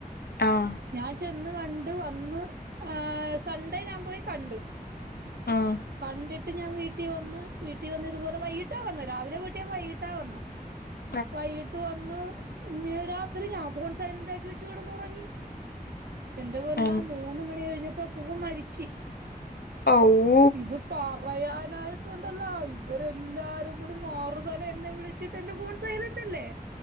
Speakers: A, on the left; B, on the right.
A: ആഹ്
B: ഞാൻ ചെന്ന് കണ്ട് വന്ന് ഏഹ് സൺഡേ ഞാൻ പോയി കണ്ട്
A: ആഹ്
B: കണ്ടിട്ട് ഞാൻ വീട്ടിൽ വന്ന് വീട്ടിൽ വന്ന് ഇതുപോലെ വൈകിട്ട വന്നെ രാവിലെ പോയിട്ട് ഞാൻ വൈകീട്ടാ വന്നെ
A: <inaudible>
B: വൈകിട്ട് വന്ന് രാത്രി ഞാൻ ഫോൺ സൈലന്റ് ആക്കി വെച്ച് കെടന്ന് ഉറങ്ങി എന്റെ പൊന്നൊ
A: ഉം
B: മൂന്ന് മണി കഴിഞ്ഞപ്പോ പൂവൻ മരിച്ചു
A: അവൂ
B: ഇത് പറയാനായിട്ടുണ്ടല്ലോ ഇവരെല്ലാരും കൂടി മറുതല എന്നെ വിളിച്ചു വിളിച്ചിട്ട് എന്റെ ഫോൺ സൈലൻ്റല്ലേ